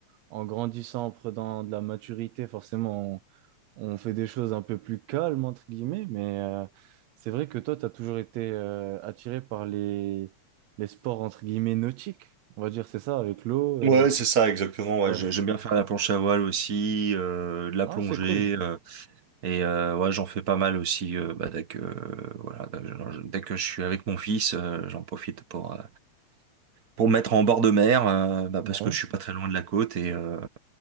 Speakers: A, on the right (about 75°); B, on the right (about 50°).
A: en, en grandissant, en prenant de la maturité, forcément, on, on fait des choses un peu plus calmes, entre guillemets. Mais euh, c'est vrai que toi, t'as toujours été euh, attiré par les, les sports, entre guillemets, nautiques. On va dire, c'est ça, avec l'eau. euh,
B: Ouais, c'est ça, exactement. Ouais,
A: ouais.
B: j'ai- j'aime bien faire la planche à voile aussi, euh, de la
A: Ah,
B: plongée,
A: c'est cool.
B: euh, et euh, ouais, j'en fais pas mal aussi. euh, bah, dès que euh, voilà, dès que, je dès que je suis avec mon fils, euh, j'en profite pour euh, pour me mettre en bord de mer, euh, bah,
A: Ouais,
B: parce que je suis pas très loin de la côte et euh,